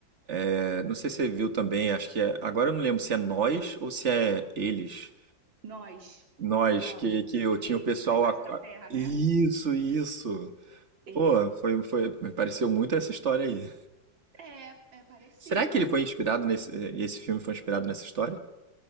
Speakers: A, on the right; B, on the right.
A: é, não sei se você viu também, acho que é. Agora eu não lembro se é Nós ou se é Eles.
B: Nós.
A: Nós,
B: Nós.
A: que, que eu tinha
B: Que
A: o pessoal.
B: fica embaixo
A: a-
B: da
A: a-
B: terra,
A: Isso,
B: né?
A: isso.
B: É.
A: Pô, foi, foi, me pareceu muito essa história aí.
B: É, é parecida.
A: Será que ele foi inspirado nesse. e Esse filme foi inspirado nessa história?